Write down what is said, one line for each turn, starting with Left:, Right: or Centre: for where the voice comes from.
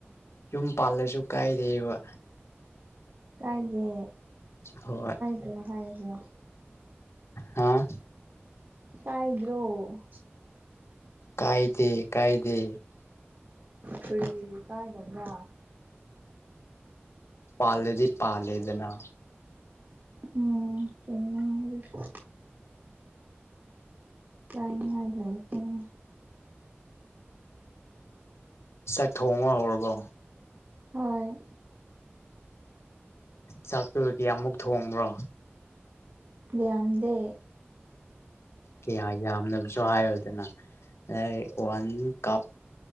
Left: ꯌꯨꯝ ꯄꯥꯜꯂꯁꯨ ꯀꯥꯏꯗꯦꯕ
Right: ꯀꯥꯏꯗꯦ
Left: ꯍꯣꯏ
Right: ꯀꯩꯅꯣ ꯍꯥꯏꯖꯦ꯫
Left: ꯍꯥꯥ
Right: ꯀꯥꯏꯗ꯭ꯔ‌ꯣ
Left: ꯀꯥꯏꯗꯦ ꯀꯥꯏꯗꯦ
Right: ꯀꯔꯤꯒꯤ ꯀꯥꯏꯗꯕ꯭ꯔꯥ
Left: ꯄꯥꯂꯗꯤ ꯄꯥꯂꯦꯗꯅ
Right: ꯎꯝ ꯆꯨꯝꯃ‌ꯦ ꯑꯗꯨꯁꯨ ꯀꯥꯏꯅꯤꯡꯉꯥꯏ ꯂꯩꯇꯦꯅꯦ
Left: ꯆꯥꯛ ꯊꯣꯡꯕ ꯍꯧꯔꯕꯣ
Right: ꯍꯧꯔ‌ꯦ
Left: ꯆꯥꯛꯇꯨꯗꯤ ꯑꯃꯨꯛ ꯊꯣꯡꯕ꯭ꯔꯣ
Right: ꯌꯥꯝꯗꯦ
Left: ꯀ꯭ꯌꯥ ꯌꯥꯝꯅꯕꯁꯨ ꯍꯥꯏꯌꯣꯗꯅ ꯑꯗꯩ ꯋꯥꯟ ꯀꯞ